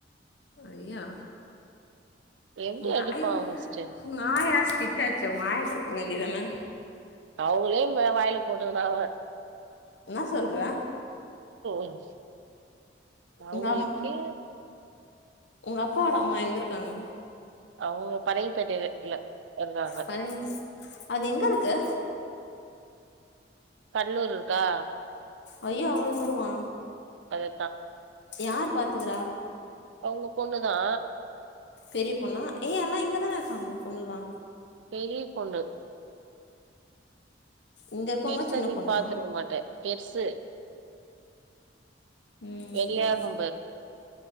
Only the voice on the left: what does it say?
ஐய்யா
உங்க
அயோ உ
உங்க ஆயா திட்டாச்சு உங்க ஆய தூக்க வேண்டிதானா
ன்ன சொல்ற
உங்க அம் உங்க அப்பாவோட அம்மா எங்க இருக்காங்க
பாரேங் அது எங்க இருக்கு
ஐயோ அவ்ளோ தூரமா
யார் பாத்துக்கறா
பெரிய பொண்ணா ஏய் அல்லா இங்கதானே இருக்காங்க பொண்ணுல்லா
இங்க இருக்கவங்க
சின்ன
பொண்ணா
ம்